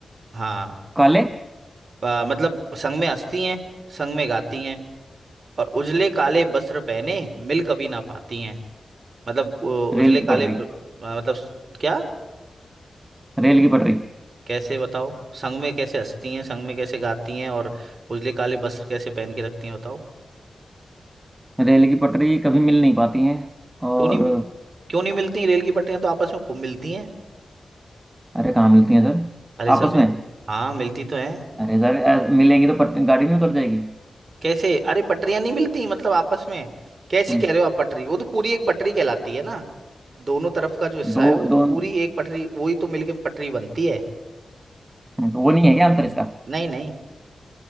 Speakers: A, on the right (about 60°); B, on the right (about 20°).
A: हाँ
B: काले
A: आ, मतलब संग में हंसती हैं संग में गाती हैं और उजले काले वस्त्र पहने मिल कभी ना पाती हैं मतलब उ-
B: रेल
A: उजले
B: की
A: काले
B: पटरी
A: ब- आ, मतलब स- क्या
B: रेल की पटरी
A: कैसे बताओ संग में कैसे हंसती हैं संग में कैसे गाती हैं और उजले काले वस्त्र कैसे पहन के रखती हैं बताओ
B: रेल की पटरी कभी मिल नहीं पाती हैं और
A: क्यों नहीं क्यों नहीं मिलती रेल की पटरियां तो आपस में खूब मिलती हैं
B: अरे कहाँ मिलती हैं सर
A: अरे
B: आपस
A: सर मिलती
B: में
A: तो हाँ मिलती तो हैं
B: अरे सर ऐस- मिलेंगी तो पट, गाड़ी नहीं उतर जाएगी
A: कैसे अरे पटरियां नहीं मिलती मतलब आपस में कैसी
B: हम्म
A: कह रहे हो आप पटरी वो तो पूरी एक पटरी कहलाती है ना दोनों तरफ का जो हिस्सा
B: दो
A: है वो तो
B: दो हम्म,
A: पूरी एक पटरी वही तो मिलके पटरी बनती है
B: तो वो नहीं है क्या आंसर इसका
A: नहीं नहीं